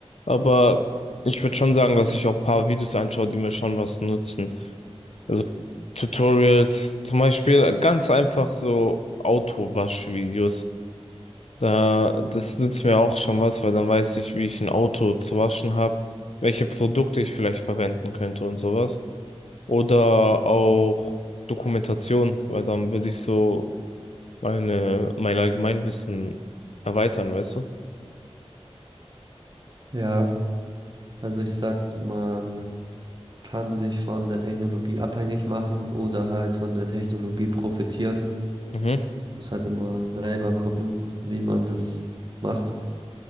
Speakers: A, on the left (about 75°); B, on the right (about 40°).
A: Aber ich würde schon sagen, dass ich auch ein paar Videos anschaue, die mir schon was nutzen. Also Tutorials, zum Beispiel ganz einfach so Autowaschvideos. Da, das nützt mir auch schon was, weil dann weiß ich, wie ich ein Auto zu waschen habe, welche Produkte ich vielleicht verwenden könnte und sowas. Oder auch Dokumentation, weil dann würde ich so meine, mein Allgemeinwissen erweitern, weißt du?
B: Ja, also ich sag, man kann sich von der Technologie abhängig machen oder halt von der Technologie profitieren.
A: Mhm.
B: Muss halt immer selber gucken, wie man das macht.